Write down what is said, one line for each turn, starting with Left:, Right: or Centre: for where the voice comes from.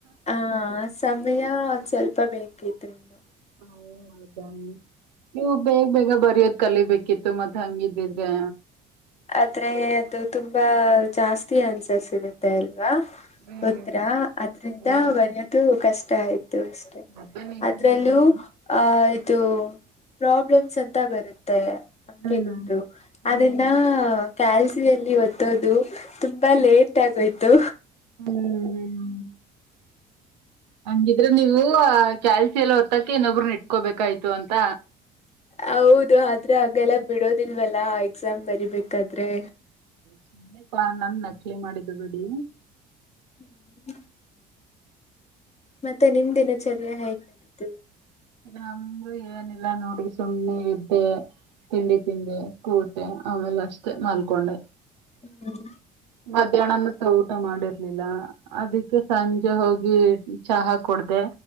Left: ಹ ಸಮಯ ಸ್ವಲ್ಪ ಬೇಕಿತ್ತು ಇನ್ನು
Right: ಹ ಹೌದ ನೀವು ಬೇಗ ಬೇಗ ಬರ್ ಅರಿಯೋತ್ <unintelligible> ಕಲಿಬೇಕಿತ್ತು ಮತ್ತತ್ ಹಂಗಿದ್ದಿದ್ರೆ
Left: ಆದ್ರೆ ಅದು ತುಂಬಾ ಜಾಸ್ತಿ ಅನ್ಸರ್ ಸಿಗತ್ತೆ ಇಲ್ಲಿ ವಾ
Right: ಹ್ಮ್
Left: ಹದಾ <unintelligible> ಅದ್ರಿಂದ
Right: ಹ್ಮ್
Left: ಬರಿಯೋದು ಕಷ್ಟ ಆಯ್ತು ಅಷ್ಟೇ
Right: ಹ್ಮ್ ಅದು ನಿಜಾನೆ
Left: ಅದ್ರಲ್ಲೂ
Right: ಬಿಡಿ
Left: ಆಹ ಪ್ರಾಬ್ಲಮ್ಸ್ ಅಂತ ಬರುತ್ತೆ ಅಂಕಿಗಳುದ್ದು
Right: ಹ್ಮ್ ಹ್ಮ್
Left: ಅ
Right: ಹ್ಮ್
Left: ಕ್ಯಾಲ್ಸಿಯಲ್ಲಿ ಓದತ್ತೋದು ತುಂಬಾ ಲೇಟ್ ಆಗೋಯ್ತು
Right: ಹ್ಮ್್ಮ ಹ್ಮ್ ಹಂಗಿದ್ರೆ ನೀವು ಕ್ಯಾಲ್ಸಿ ಎಲ್ಲ ಹೊತ್ತಾಕಿ ಇನ್ನೊಬ್ರ ಇಟ್ಕೋಬೇಕಾಯ್ತು ಅಂತ
Left: ಹೌದು ಆದ್ರೆ ಹಾಗೆಲ್ಲ ಬಿಡೋದಿಲ್ವಲ್ಲಾ ಎಕ್ಸಾಮ್ ಬರಿಬೇಕಾದ್ರೆ
Right: ಸುಮ್ನೆ ನನ್ ನಕಲಿ ಮಾಡಿದ್ದು ಬಿಡಿ
Left: ಹ್ಮ್ ಮತ್ತೆ ನಿಮ ದಿನಚರ್ಯ ಹೇಗ್ ನಡಿ
Right: ನಮೂ ಏನಿಲ್ಲ ನೋಡಿ ಸುಮ್ಮ್ನೆ ಇದ್ದೆ ತತಿಂಡಿ ತಿಂದೆ ಕೂತೆ ಆಮೇಲೆ ಅಷ್ಟೇ ಮಲ್ಕೊಂಡೆ
Left: ಹ್ಮ್
Right: ಮಧ್ಯಾಹ್ನನ ತ ಊಟ ಮಾಡಿರ್ಲಿಲ್ಲ ಅದಕ್ಕೆ ಸಂಜೆ ಹೋಗಿ ಚಹಾ ಕೊಡ ಕುಡ್ದ